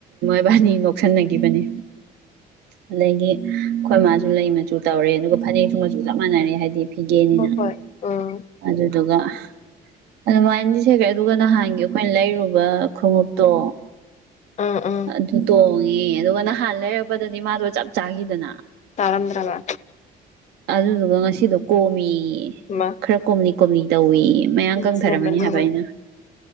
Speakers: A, on the right; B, on the left.
A: ꯕꯥꯅꯤ ꯂꯧꯁꯤꯟꯅꯈꯤꯕꯅꯤ ꯑꯗꯒꯤ ꯑꯩꯈꯣꯏ ꯃꯥꯁꯨ ꯂꯩ ꯃꯆꯨ ꯇꯧꯔꯦ ꯑꯗꯨꯒ ꯐꯅꯦꯛ ꯁꯨꯝ ꯃꯁꯨ ꯆꯞ ꯃꯥꯟꯅꯔꯦ ꯍꯥꯏꯗꯤ ꯐꯤꯒꯦꯅꯤꯅ
B: ꯍꯣꯏ ꯍꯣꯏ ꯎꯝ
A: ꯑꯗꯨꯗꯨꯒ ꯑꯗꯨꯃꯥꯏꯅꯗꯤ ꯁꯈ꯭ꯔꯦ ꯑꯗꯨꯒ ꯅꯍꯥꯟꯒꯤ ꯑꯩꯈꯣꯏꯅ ꯂꯩꯔꯨꯕ ꯈꯣꯡꯎꯞꯇꯣ
B: ꯑꯥ ꯑꯥ
A: ꯑꯗꯨ ꯇꯣꯡꯉꯦ ꯑꯗꯨꯒ ꯅꯍꯥꯟ ꯂꯩꯔꯛꯔꯕꯗꯗꯤ ꯃꯥꯗꯣ ꯆꯞ ꯆꯥꯈꯤꯗꯅ
B: ꯇꯂꯗꯔꯂ
A: ꯑꯗꯨꯗꯨꯒ ꯉꯁꯤꯗꯣ ꯀꯣꯃꯤ
B: ꯃꯥ
A: ꯈꯔ ꯀꯣꯝꯂꯤ ꯀꯣꯝꯂꯤ ꯇꯧꯋ ꯃꯌꯥꯝ ꯀꯪꯊꯔꯝꯃꯅꯤ
B: ꯁꯤꯗꯟ ꯃꯅꯨꯡ
A: ꯍꯥꯏꯕ ꯑꯩꯅ